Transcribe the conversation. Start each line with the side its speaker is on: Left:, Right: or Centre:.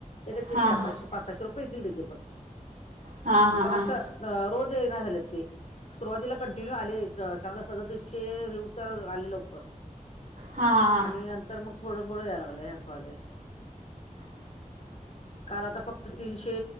Left: ला
Right: हा
Left: चार
Right: हा
Left: पाचशे पाच-साशे रुपये येतील त्याजे पण,
Right: हा हा
Left: पण
Right: हा
Left: असं रोज ऐन झाले ते सुरुवातीला कंटिन्यू आले चांगलं सदत्तीशे ये उस्तार आले लवकर.
Right: हा हा हा
Left: आणि नंतर मग थोडं थोडं याय लागलंय हवालेय.
Right: ह <inaudible>
Left: काल आता फक्त तीनशे